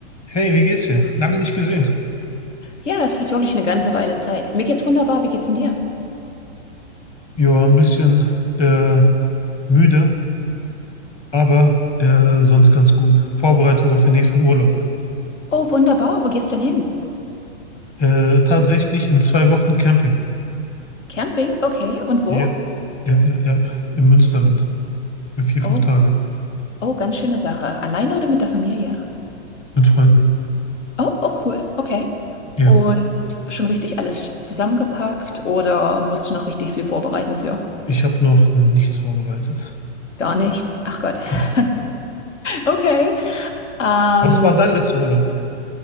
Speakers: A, on the left; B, on the left.
A: Hey, wie geht's dir? Lange nicht gesehen.
B: Ja, das ist wirklich eine ganze Weile Zeit. Mir geht's wunderbar. Wie geht's denn dir?
A: Ja, ein bisschen äh, müde, aber äh, sonst ganz gut. Vorbereitung auf den nächsten Urlaub.
B: Oh, wunderbar. Wo geht's denn hin?
A: Äh, tatsächlich in zwei Wochen Camping.
B: Camping? Okay. Und wo?
A: Ja, ja, ja, ja, im Münsterland für vier,
B: Oh,
A: fünf Tage
B: oh, ganz schöne Sache. Alleine oder mit der Familie?
A: mit Freunden.
B: Oh, oh, cool. Okay.
A: Ja,
B: Und schon richtig alles zusammengepackt oder musst du noch richtig viel vorbereiten für?
A: ich habe noch nichts vorbereitet.
B: Gar nichts. Ach Gott.
A: Genau.
B: <laughs> Okay. Ähm,
A: Was war dein letzter Urlaub?